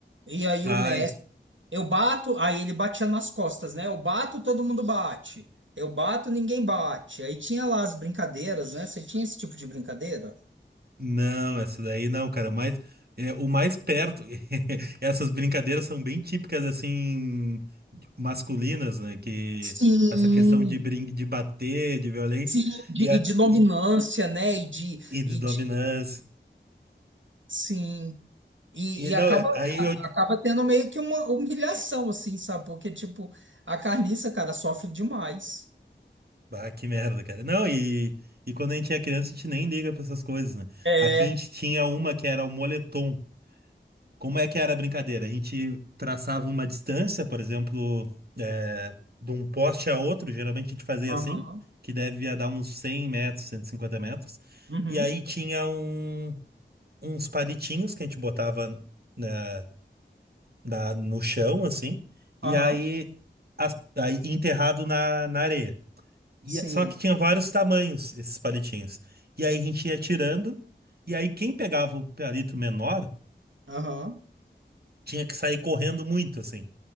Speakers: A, on the right; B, on the right.
A: E aí
B: Ai,
A: o mestre, eu bato, aí ele batia nas costas, né? Eu bato, todo mundo bate. Eu bato, ninguém bate. Aí tinha lá as brincadeiras, né? Você tinha esse tipo de brincadeira?
B: não, essa daí não, cara. Mas é, o mais perto. <laughs> Essas brincadeiras são bem típicas, assim, masculinas, né? Que
A: Sim.
B: essa questão de, brin de bater, de violência
A: Sim, de-
B: e,
A: e
B: a,
A: de dominância,
B: e,
A: né? E de,
B: e de
A: e
B: dominância.
A: de sim. E,
B: E
A: e
B: não,
A: acaba,
B: é- aí eu
A: acaba tendo meio que uma humilhação, assim, sabe? Porque, tipo, a carniça, cara, sofre demais.
B: Bah, que merda, cara. Não, e, e quando a gente é criança, a gente nem liga pra essas coisas, né?
A: É.
B: Aqui a gente tinha uma que era o moletom. Como é que era a brincadeira? A gente traçava uma distância, por exemplo, é, de um poste a outro, geralmente a gente fazia
A: Aham.
B: assim, que devia dar uns 100 metros, 150 metros.
A: Uhum.
B: E aí tinha um, uns palitinhos que a gente botava na, na- no chão, assim, e
A: Aham.
B: aí, as- aí enterrado na na areia. E,
A: Sim.
B: a- só que tinha vários tamanhos esses palitinhos. E aí a gente ia tirando, e aí quem pegava o palito menor
A: Aham.
B: tinha que sair correndo muito, assim.